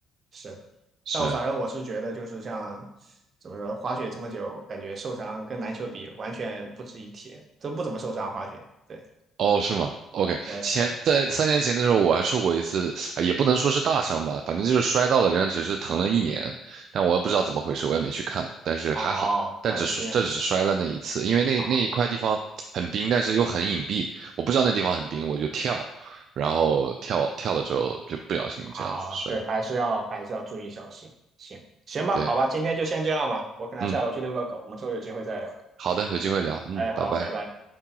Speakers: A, on the right; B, on the right.
A: 是的。
B: 是。
A: 但我反正我是觉得，就是像怎么说，滑雪这么久，感觉受伤跟篮球比完全不值一提，都不怎么受伤滑雪。对，
B: 哦，是吗？OK，
A: 嗯，
B: 前在三年前的时候，我还受过一次，啊也不能说是大伤吧，反正就是摔到了，人家只是疼了一年，但我也不知道怎么回事，我也没去看，但是还好，
A: 哦，
B: 但只是这只是摔了那一次，
A: 那一定啊。
B: 因为那那一块地方很冰，
A: 哦
B: 但是又很隐蔽，我不知道那地方很冰，我就跳，然后跳跳了之后就不小心这样子摔上
A: 啊，对，还是要还是要注意小心。行行吧，
B: 对，
A: 好吧，今天就先这样吧，我可能下楼去遛个狗，
B: 嗯，
A: 我们之后有机会再聊。
B: 好的，有机会聊，嗯，
A: 哎，
B: 拜拜。
A: 好，拜拜。